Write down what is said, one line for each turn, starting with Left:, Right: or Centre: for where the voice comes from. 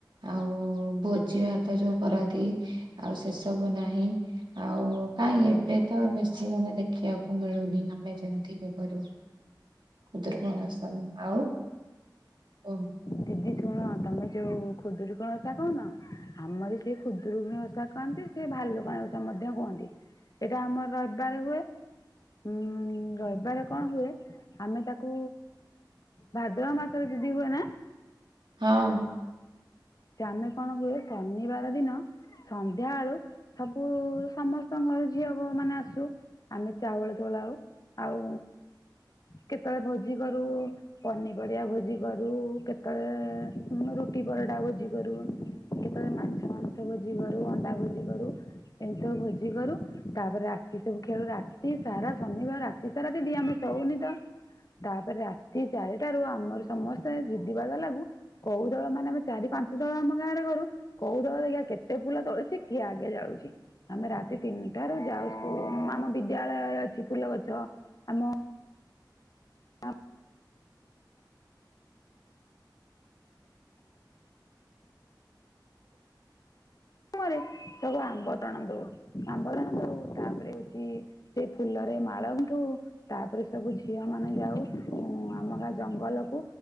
Right: ଆଉ। ଓଭୋଜି ଭାତ ଯୋଉ କରନ୍ତି ଆଉ ସେ ସବୁ ନାହିଁ ଆଉ କାଇଁ ଏବେ ତ ବେଶୀ ମାନେ ଦେଖିବାକୁ ମିଳୁନି ଆମେ ଯେମିତି କି କରୁ। ଖୁଦୁରୁୁକୁଣୀ ଓଷାନ ଆଉ ଓ
Left: ଦିଦି ଶୁଣ ତମେ ଯୋଉ ଖୁଦୁର ତୁମେ ଓଷା କହୁନ ଆମର ସେଏ ଖୁଦୁରୁକୁଣ ଓଷା କହନ୍ତି ସେ ଭାଲୁକଣୀ ଓଷା ମଧ୍ୟ କୁହନ୍ତି। ଏଇଟା ଆମର ରବିବାରାରେ ହୁଏ। ଉୁଁ ରହିବାର କଣ ହୁଏ ଆମେ ତାକୁ ଭାଦ୍ର ମାସରେ ଦିଦି ହୁଅ ନା।
Right: ହଁ।
Left: ଆମେ କଣ ହୁଏ ଶନିବାର ଦିନ ସନ୍ଧ୍ୟା ବେଳୁ ସବୁ ସମସ୍ତଙ୍କ ଘର ଝିଅ ମାନେ ଆସୁ। ଆମେ ଚାଉଳ ଦୋଳାଉ ଆଉ। କେତେବେଳେ ଭୋଜି କରୁ ପନିପରିବା ଭୋଜି କରୁ କେତେବେଳେ ରୁଟି ପରଟା ଭୋଜି କରୁ କେତେବେଳେ ମାଛ ମାଂସ ଭୋଜି କରୁ ଅଣ୍ଡା ଭୋଜି କରୁ। ଏମିତି ସବୁ ଭୋଜି କରୁ ତାପରେ ରାତି ସବୁ ଖେଳୁ ରାତି ସାରା ଶନିବାର ରାତି ସାରା ଦିଦି ଆମେ ହଉ ନିତ ତାପରେ ରାତି ଚାରିଟାରୁ ଆମର ସମସ୍ତେ ଜିଦିବା ଲାଗୁ କଉ ଦଳ ମାନେ ଆମେ ଚାରି ପାଞ୍ଚ ତଳ ଆମ ଗାଁରେ କରୁ କୋଉ ଦଳ ଦେଖିବା କେତେ ଫୁଲ ତୋଳୁଛି କିଏ ଆଗେ ଜାଳୁଛି ଆମେ ରାତି ତିନିଟ ସେଠାରୁ ଯାଉ ସ୍କୁ ଆମ ବିଦ୍ୟାଳୟରେ ଅଛି ଫୁଲ ଗଛ ଆମ <unintelligible> <unintelligible> ରେ ସବୁ ଆମ୍ବ ତଣ ଦଉ ଆମ୍ବ ତଣ ଦଉ ତାପରେ ହଉଛି ସେ ଫୁଲ ମାଳଠୁ ତାପରେ ସବୁ ଝିଅ ମା ଆମେ ଯାଉ ଉ ଆମ ଗା ଜଙ୍ଗଲକୁ